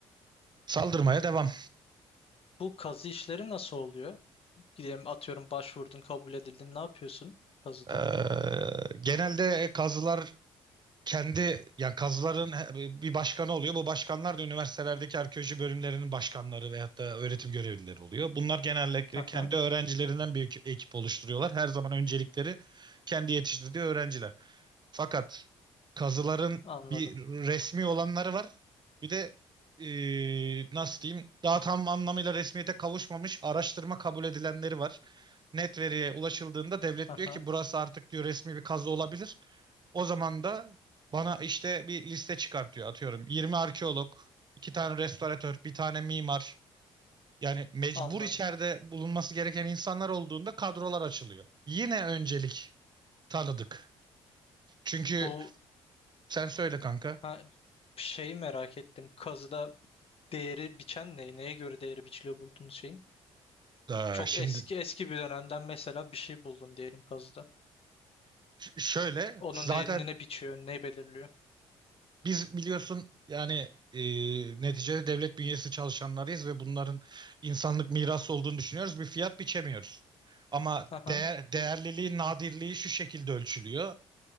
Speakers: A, on the right; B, on the left.
A: Saldırmaya devam.
B: Bu kazı işleri nasıl oluyor? Gidelim atıyorum başvurdun kabul edildin ne yapıyorsun kazıda?
A: Ee, genelde kazılar kendi yani kazıların bir başkanı oluyor. Bu başkanlar da üniversitelerdeki arkeoloji bölümlerinin başkanları veyahut da öğretim görevlileri oluyor. Bunlar genellikle
B: Aha
A: kendi öğrencilerinden bir ekip oluşturuyorlar. Her zaman öncelikleri kendi yetiştirdiği öğrenciler. Fakat kazıların
B: anladım.
A: bir resmi olanları var. Bir de eee, nasıl diyeyim daha tam anlamıyla resmiyete kavuşmamış araştırma kabul edilenleri var. Net veriye ulaşıldığında devlet
B: Aha
A: diyor ki burası artık diyor resmi bir kazı olabilir. O zaman da bana işte bir liste çıkartıyor atıyorum. 20 arkeolog, iki tane restoratör, bir tane mimar. Yani mecbur
B: anladım.
A: içeride bulunması gereken insanlar olduğunda kadrolar açılıyor. Yine öncelik tanıdık. Çünkü
B: Bu
A: sen söyle kanka.
B: ha, şeyi merak ettim. Kazıda değeri biçen ne? Neye göre değeri biçiliyor bulduğunuz şeyin?
A: Ee,
B: Çok
A: şimdi
B: eski eski bir dönemden mesela bir şey buldun diyelim kazıda.
A: ş- şöyle
B: Onun
A: zaten
B: değerini ne biçiyor? Ne belirliyor?
A: biz biliyorsun yani e, neticede devlet bünyesi çalışanlarıyız ve bunların insanlık mirası olduğunu düşünüyoruz. Bir fiyat biçemiyoruz. Ama
B: Aha
A: değer, değerliliği, nadirliği şu şekilde ölçülüyor.